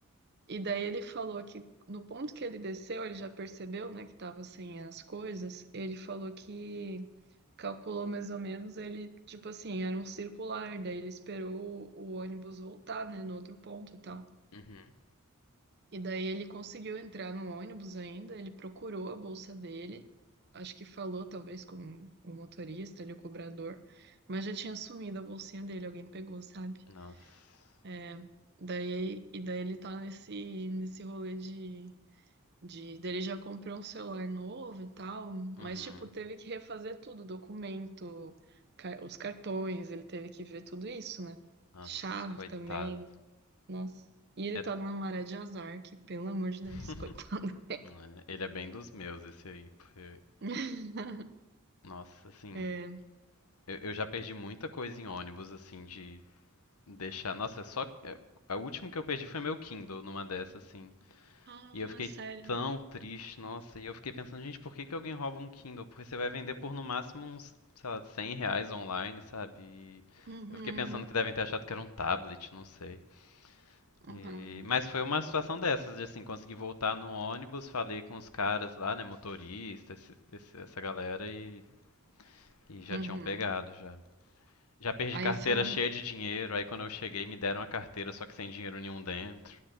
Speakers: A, on the right; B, on the left.
A: E daí ele falou que no ponto que ele desceu, ele já percebeu, né, que tava sem as coisas. Ele falou que calculou mais ou menos, ele, tipo assim, era um circular. Daí ele esperou o o ônibus voltar, né, no outro ponto e tal.
B: Uhum.
A: E daí ele conseguiu entrar no ônibus ainda, ele procurou a bolsa dele, acho que falou talvez com o motorista, ali, o cobrador, mas já tinha sumido a bolsinha dele, alguém pegou, sabe?
B: Nossa.
A: É, daí, e daí ele tá nesse, nesse rolê de, de. daí Ele já comprou um celular novo e tal, mas
B: Uhum.
A: tipo, teve que refazer tudo, documento, ca- os cartões, ele teve que ver tudo isso, né?
B: Nossa,
A: Chave
B: coitado.
A: também. Nossa. E ele
B: É...
A: tá numa maré de azar, que pelo amor de
B: <laughs>
A: Deus, coitado.
B: É, Ele é bem dos meus, esse aí, porque.
A: <laughs>
B: Nossa, assim.
A: É.
B: Eu, eu já perdi muita coisa em ônibus, assim, de Deixar. Nossa, só. A última que eu perdi foi meu Kindle numa dessas, assim.
A: Ah,
B: E eu fiquei
A: sério.
B: tão triste, nossa. E eu fiquei pensando, gente, por que que alguém rouba um Kindle? Porque você vai vender por no máximo uns, sei lá, 100 reais online, sabe? E
A: Uhum,
B: eu fiquei pensando que devem ter achado que era um tablet, não sei.
A: uhum,
B: E- Mas foi uma situação dessas, de assim, consegui voltar no ônibus, falei com os caras lá, né, motorista, esse- esse- essa galera, e... e já
A: uhum.
B: tinham pegado já. Já perdi
A: Aí
B: carteira
A: você não.
B: cheia
A: <laughs>
B: de dinheiro, aí quando eu cheguei me deram a carteira só que sem dinheiro nenhum dentro.